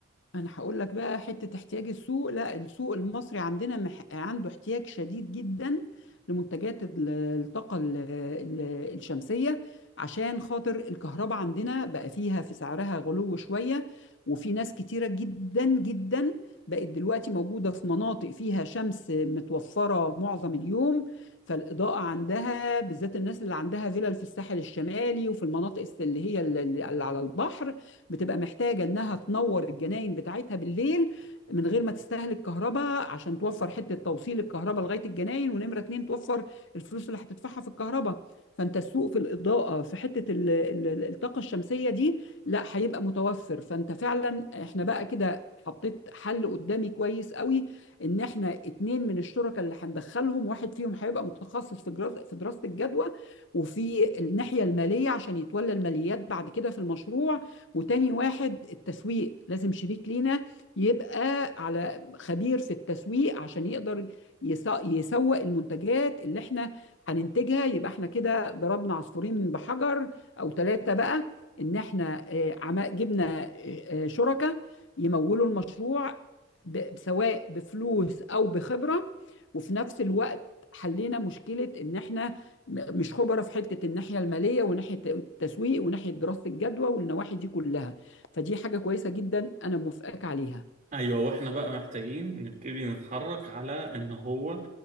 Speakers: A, on the left (about 60°); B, on the right (about 40°).
A: انا هقول لك بقى حته احتياج السوق لا السوق المصري عندنا مح... عنده احتياج شديد جدا لمنتجات ال- الطاقه ال- ال- الشمسيه عشان خاطر الكهرباء عندنا بقى فيها في سعرها غلو شويه وفي ناس كتيره جدا جدا بقت دلوقتي موجوده في مناطق فيها شمس متوفره معظم اليوم فالاضاءه عندها بالذات الناس اللي عندها فيلل في الساحل الشمالي وفي المناطق الس- اللي هي ال- اللي على البحر بتبقى محتاجة إنها تنور الجناين بتاعتها بالليل من غير ما تستهلك كهرباء عشان توفر حتة توصيل الكهرباء لغاية الجناين ونمرة اتنين توفر الفلوس اللي هتدفعها في الكهرباء فأنت السوق في الإضاءة في حتة ال- ال- الطاقة الشمسية دي لا هيبقى متوفر فأنت فعلا إحنا بقى كده حطيت حل قدامي كويس قوي ان احنا اتنين من الشركاء اللي هندخلهم واحد فيهم هيبقى متخصص في جراس- في دراسة الجدوى وفي الناحية المالية عشان يتولى الماليات بعد كده في المشروع وتاني واحد التسويق لازم شريك لينا يبقى على خبير في التسويق عشان يقدر يسا- يسوق المنتجات اللي احنا هننتجها يبقى احنا كده ضربنا عصفورين بحجر او ثلاثة بقى ان احنا آه، عم- جبنا آه، آه، شركاء يمولوا المشروع ب- سواء بفلوس او بخبرة وفي نفس الوقت حلينا مشكلة ان احنا م- مش خبره في حته الناحيه الماليه وناحيه التسويق وناحيه دراسه الجدوى والنواحي دي كلها فدي حاجه كويسه جدا انا موافقاك عليها
B: ايوه واحنا بقى محتاجين نبتدي نتحرك على ان هو